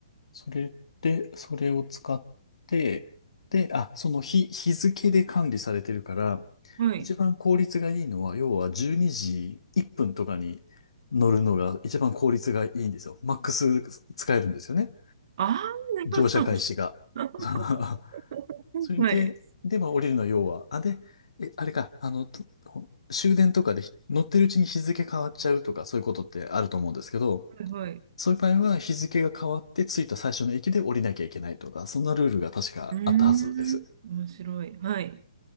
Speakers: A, on the left; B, on the right.
A: それで、それを使って、で、あ、その日、日付で管理されてるから、
B: はい。
A: 一番効率がいいのは、要は12時1分とかに乗るのが一番効率がいいんですよ。マックス使えるんですよね。
B: ああー、
A: 乗車開始が。
B: なるほど。
A: <laughs>
B: <laughs>
A: それで、
B: はい。
A: で、まあ降りるの要は、あ、で、え、あれか、あの、と終電とかでひ乗ってるうちに日付変わっちゃうとか、そういうことってあると思うんですけど、
B: はい。
A: そういう場合は日付が変わって着いた最初の駅で降りなきゃいけないとか、そんなルールが確かあったはずです。
B: うーん。面白い。はい。